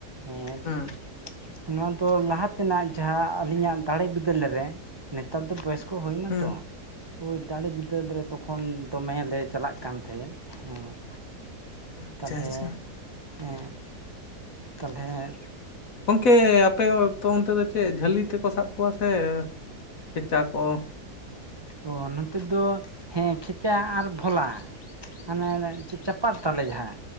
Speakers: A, on the right (about 30°); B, on the left (about 55°).
A: ᱦᱮᱸ
B: ᱦᱩᱸ
A: ᱱᱚᱣᱟ ᱫᱚ ᱞᱟᱦᱟ ᱛᱮᱱᱟᱜ ᱡᱟᱦᱟᱸ ᱟᱹᱞᱤᱧᱟᱜ ᱫᱟᱲᱮ ᱵᱤᱫᱟᱹᱞ ᱨᱮ ᱱᱮᱛᱟᱨ ᱫᱚ ᱵᱚᱭᱚᱥ ᱠᱚ ᱦᱳᱭ ᱱᱟᱛᱚ
B: ᱦᱩᱸ
A: ᱳᱭ ᱫᱟᱲᱮᱹ ᱵᱤᱫᱟᱹᱞ
B: ᱦᱩᱸ
A: ᱨᱮ ᱛᱚᱠᱷᱚᱱ ᱫᱚᱢᱮᱞᱮ ᱪᱟᱞᱟᱜ ᱠᱟᱱ ᱛᱟᱦᱮᱸᱫ, ᱦᱩᱸ
B: ᱦᱩᱸ ᱟᱪᱪᱷᱟ
A: ᱛᱟᱞᱦᱮ
B: ᱟᱪᱪᱷᱟ
A: ᱮᱸᱜ ᱛᱟᱞᱦᱮᱸ
B: ᱜᱚᱝᱠᱮ ᱟᱯᱮ ᱚᱱᱛᱮ ᱫᱚ ᱪᱮᱫ ᱡᱷᱟᱹᱞᱤ ᱛᱮᱠᱚ ᱥᱟᱵ ᱠᱚᱣᱟ ᱥᱮ ᱠᱷᱮᱪᱟ ᱠᱚ?
A: ᱚᱻ ᱱᱚᱛᱮ ᱫᱚ ᱦᱮᱸ ᱠᱷᱮᱪᱟ ᱟᱨ ᱯᱷᱚᱞᱟ ᱾ ᱦᱟᱱᱮ- ᱦᱟᱱᱮ ᱪᱟᱼᱪᱟᱯᱟᱫ ᱛᱟᱞᱮ ᱡᱟᱦᱟ,